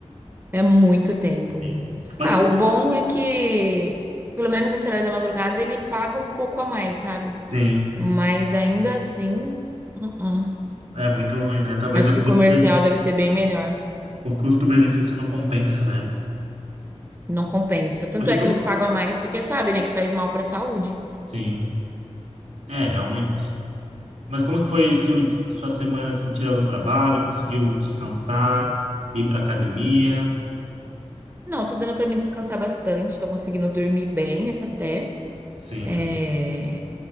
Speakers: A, on the right; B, on the right.
A: É muito tempo.
B: Sim. Mas
A: Ah,
B: e como...
A: o bom é que, pelo menos esse horário da madrugada, ele paga um pouco a mais, sabe?
B: Sim,
A: Mas ainda assim, uh-uh.
B: é muito ruim, né? Talvez
A: Acho
B: o
A: que o
B: custo
A: comercial
B: bene-
A: deve ser bem melhor.
B: o custo-benefício não compensa, né?
A: Não compensa. Tanto
B: Mas e
A: é
B: como.
A: que eles pagam a mais porque sabe, né, que faz mal pra saúde.
B: Sim, é, realmente. Mas como que foi seu, di- sua semana, assim, tirando o trabalho? Conseguiu descansar, ir pra academia?
A: Não, tô dando pra me descansar bastante, tô conseguindo dormir bem até.
B: Sim.
A: É...